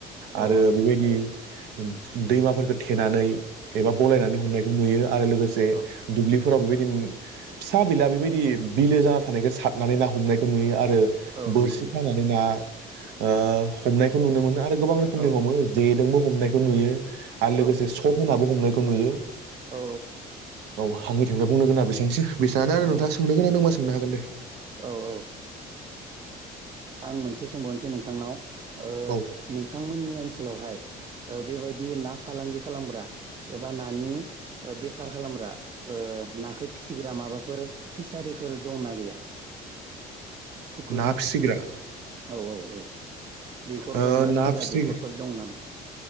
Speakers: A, on the right; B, on the right.
A: औ
B: आरो बेबायदि ओन दैमाफोरखो थेनानै एबा बलायनानै
A: औ
B: हमनायखौ नुयो आरो लोगोसे
A: औ
B: दुब्लिफ फोराव बेबायदि उम फिसा बिला बेबायदि बिलो जाना थानायखो सारनानै ना हमनायखौ नुयो आर रो
A: औ
B: बोरसि
A: नंगौ नोंथां
B: खानानै ना ओ हमनायखौ नुनो मोनो। आरो गोबां रोखोमनि
A: औ
B: हमो जेदोंबो हमनायखौ नुयो आरो लोगोसे
A: औ
B: सफ हमनाबो हमनायखौ नुयो।
A: औ
B: औ हांनि थिनिफ्राय बुंनो गोनांआ बेसेनोसै बेसांआनो आरो
A: औ
B: नोंथाङा सोंनो गोनां दंबा सोंनो हागोन दे
A: औ औ ओ आं मोनसे सोंबावनोसै नोंथांनाव। ओ
B: औ
A: नोंथांमोननि ओनसोलावहाय ओ बेबायदि ना फालांगि खालामग्रा एबा नानि ओ बेफार खालामग्रा ओ नाखो फिसिग्रा माबाफोर फिसारिफोर दंना गैया? फुखुरि
B: ना फिसिग्रा
A: औ औ औ दैखरफोर
B: ओ
A: ना फिसिग्रा
B: फिसि
A: दैखरफोर दं नामा?